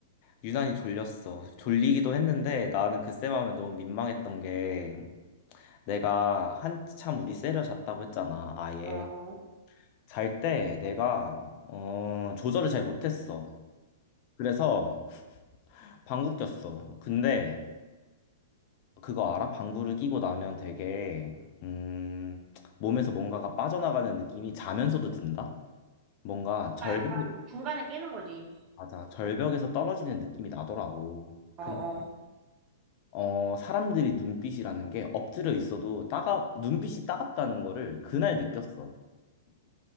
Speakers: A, on the left; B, on the right.
A: 유난히 졸렸어. 졸리기도 했는데 나는 그 쌤 하면 너무 민망했던 게 내가 한참 우리 세려 잤다고 했잖아, 아예.
B: 어, 어.
A: 잘 때 내가, 어, 조절을 잘 못했어. 그래서 방구 꼈어. 근데 그거 알아? 방구를 끼고 나면 되게, 음, 몸에서 뭔가가 빠져나가는 느낌이 자면서도 든다? 뭔가 절벽,
B: 아, 약간 중간에 깨는 거지.
A: 맞아. 절벽에서 떨어지는 느낌이 나더라고.
B: 어,
A: 근
B: 어.
A: 어, 사람들이 눈빛이라는 게 엎드려 있어도 따가, 눈빛이 따갑다는 거를 그날 느꼈어.